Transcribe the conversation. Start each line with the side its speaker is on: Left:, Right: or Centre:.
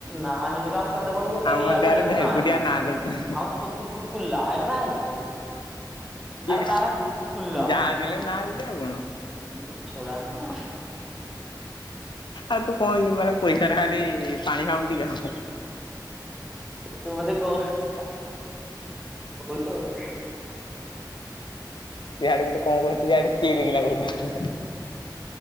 Centre: ନା ହେ ଆମେ କେତେ କହିବୁ
Left: ଆମ
Centre: ତାହେଲେ ୟଡେ
Left: ଦେହରେ
Centre: ସଆଡେ ସବୁ
Left: ଭେରକୁଟିଆ
Centre: ନା ହେଇଯ ଆର
Left: ନାଁ ଦଉଛନ୍ତି।
Centre: କଛ କୁଛ କୁଛ କୁଲଲା ଏରେ ନା ହେଇଯିବ
Left: କିଏ
Centre: ଆରେ ତା ନା କୁତକୁତକୁଲ
Left: ଯାହା ଦେଲେ ନା ଗୋଟେ ଆଉ କଣ
Centre: ହୁଁ ଚଛୋଡ଼ ନା
Left: ଆଉ ତୁ କହନ୍ତୁ ମାନେ ପଇସା ଟା ଖାଲି ପାଣି ଭାବୁଛି କାମ
Centre: ତ ମତେ କହୁ କହୁଛ ଆଉ
Left: ଯାଆଡେ ଗୋଟେ କଣ କହୁଛି କେଜାଣି ଯାଆଡେ ଚେଇ କିନା କରୁଛ